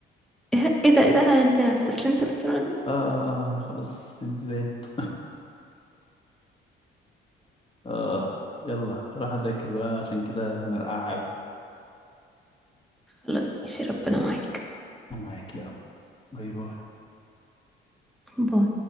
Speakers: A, in the centre; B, on the left.
A: ايه إيه ده ايه ده انت استسلمت للسرعة دي
B: اه اه اه انا خلاص استنت زعلت اه يلا راح اذاكر بقى عشان كده مرقعة قوي
A: خلاص ماشي ربنا معاك
B: معاك يا رب باي باي
A: باي